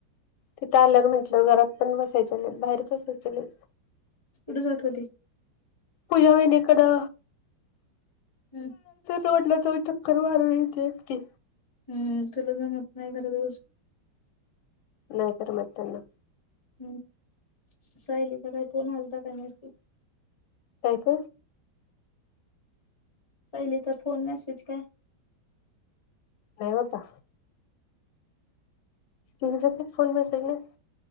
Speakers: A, on the left; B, on the left.
A: तिथं आल्यावर म्हटलं घरात पण बसायच नाहीत बाहेरच असायचे नाही
B: कुठे जात होती
A: पूजा हो इकडं
B: हम्म
A: रोडला जाऊ चक्कर मारूनयचे एकटे
B: हम्म चल म मत नाही घरा दिवस
A: नायकरर मना
B: हम्म सायलीचा काय फोन आलता काय नसत
A: कायक
B: पहिलेचा फोन मेसेज काय
A: नाही होता ठीक फोन बस ना